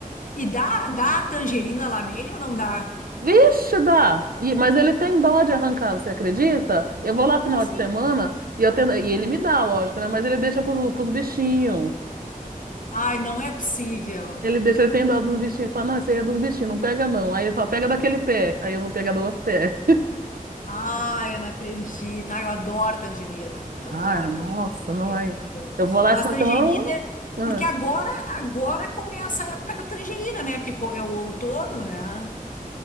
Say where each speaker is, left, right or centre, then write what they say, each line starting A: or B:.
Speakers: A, on the left; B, on the right.
A: e dá, dá a tangerina lá nele ou não dá?
B: Vixe, dá! E- mas ele tem dó de arrancar, você acredita? Eu vou lá
A: Como
B: final
A: assim?
B: de semana e, eu tento- e ele me dá, lógico, né? Mas ele deixa pros, pros bichinhos.
A: Ai, não é possível.
B: Ele deixa, ele tem dó dos bichinhos. Ele fala, não, isso aí é dos bichinhos, não pega não. Aí ele fala, pega daquele pé. Aí eu vou pegar do outro pé.
A: Ai, eu não acredito. Ai, eu adoro tangerina. Adoro
B: Ah, nossa,
A: tangerina.
B: não
A: É
B: aí.
A: muito bom.
B: Eu vou lá
A: Mas
B: e só
A: tangerina,
B: que ah.
A: porque agora, agora começa a época da tangerina, né? Porque co- é o outono, né?